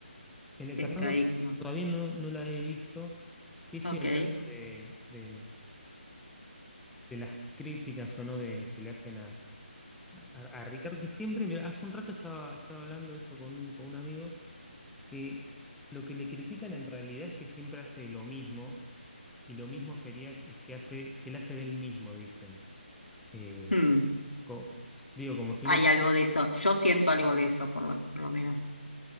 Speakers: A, in the centre; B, on the left.
A: El Eternauta
B: que está ahí como,
A: todavía no, no la he visto. Sí estoy
B: ok,
A: al tanto de, de- de las críticas o no de, que le hacen a, a- a Ricardo, que siempre, mira, hace un rato estaba, estaba hablando de eso con, un- con un amigo, que lo que le critican en realidad es que siempre hace lo mismo, y lo mismo sería es que hace, él hace del mismo, dicen. Eh,
B: hmm,
A: co- digo, como si
B: hay
A: uno
B: algo de eso, yo siento algo de eso por lo, por lo menos.